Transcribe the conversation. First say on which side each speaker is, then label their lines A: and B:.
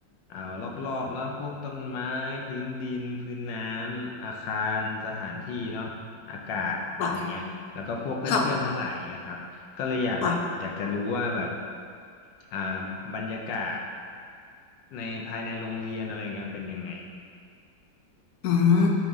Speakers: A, on the left; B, on the left.
A: อ่ารอบๆเนาะพวกต้นไม้พื้นดินพื้นน้ำอาคารสถานที่เนาะอากาศอย่างเงี้ยแล้วก็พวกเพื่อนๆทั้งหลายเงี้ยครับก็เลยอยากแบบอยากจะรู้ว่าแบบ
B: ว่ะค่ะว่ะ
A: อ่าบรรยากาศในภายในโรงเรียนอะไรเงี้ยเป็นยังไง
B: อืม